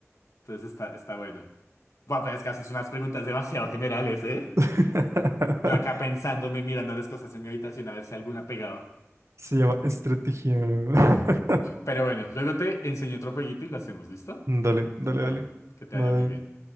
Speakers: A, on the left; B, on the right.
A: Entonces está, está bueno. Guau, pero es que haces unas preguntas demasiado generales, ¿eh?
B: <laughs>
A: Yo acá pensándome, mirando las cosas en mi habitación a ver si alguna pegaba.
B: Se llama estrategia. <laughs>
A: Pero bueno, luego te enseño otro jueguito y lo hacemos, ¿listo?
B: Dale, dale,
A: Dale,
B: dale.
A: que te
B: Bye.
A: vaya muy bien.